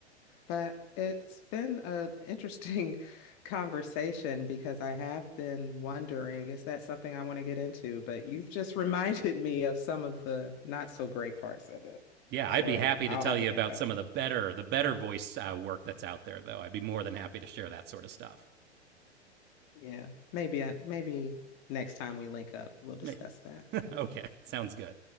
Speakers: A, on the left (about 40°); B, on the right (about 30°).
A: But it's been an interesting <laughs> conversation because I have been wondering, is that something I want to get into? But you've just <laughs> reminded me of some of the not so great parts of it.
B: <laughs> yeah,
A: So
B: I'd be happy
A: I'll
B: to tell
A: have
B: you
A: to think
B: about
A: about
B: some
A: it.
B: of the better, the better voice uh, work that's out there, though. I'd be more than happy to share that sort of stuff.
A: Yeah. Maybe I, maybe next time we link up, we'll discuss
B: Wait.
A: that.
B: <laughs> okay, sounds good.